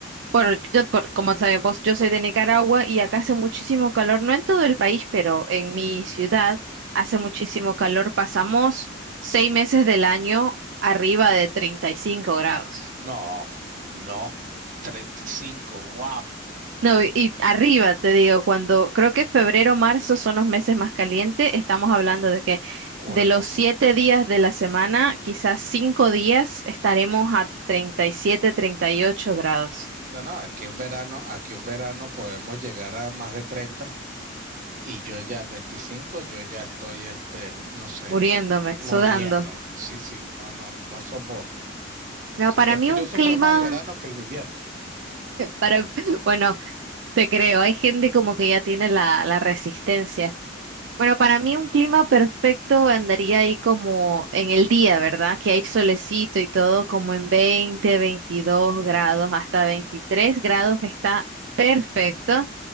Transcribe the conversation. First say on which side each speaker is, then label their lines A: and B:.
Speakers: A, on the right; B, on the right.
A: Por, yo, por- como sabemos, yo soy de Nicaragua y acá hace muchísimo calor, no en todo el país, pero en mi ciudad hace muchísimo calor. Pasamos seis meses del año arriba de 35 grados.
B: No, no, 35, wow.
A: No, y, y arriba, te digo, cuando creo que febrero, marzo son los meses más calientes, estamos hablando de que
B: Bueno,
A: de los siete días de la semana, quizás cinco días estaremos a treinta treinta y siete, treinta y ocho grados,
B: no, no, aquí un verano, aquí un verano podemos llegar a más de 30 y yo ya 25, yo ya estoy, este, no sé,
A: muriéndome,
B: muriendo.
A: sudando.
B: Sí, sí, no, no, no soporto.
A: No,
B: No soporto.
A: para mí un
B: Yo
A: clima...
B: sufro más el verano que el invierno.
A: Para, <laughs> bueno, te creo, hay gente como que ya tiene la, la resistencia. Bueno, para mí un clima perfecto andaría ahí como en el día, ¿verdad? Que hay solecito y todo, como en 20 22 grados, hasta 23 grados está perfecto.